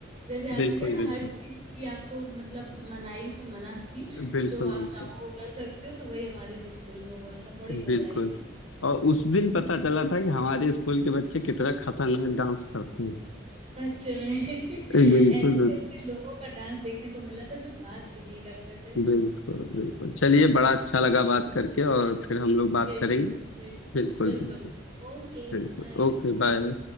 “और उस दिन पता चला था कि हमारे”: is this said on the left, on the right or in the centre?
Left